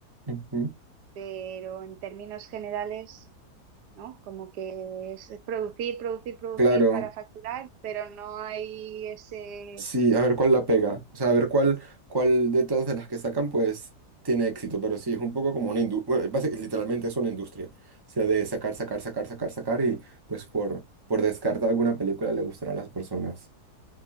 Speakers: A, on the right; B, on the right.
A: Ujú.
B: pero en términos generales ¿no? Como que es producir, producir, producir
A: Claro,
B: para facturar, pero no hay ese...
A: sí, a ver cuál la pega. O sea, a ver cuál, cuál de todas de las que sacan, pues tiene éxito. Pero sí, es un poco como una industria. literalmente es una industria. O sea, de sacar, sacar, sacar, sacar, sacar. Y pues por, por descarte alguna película le gustará a las personas.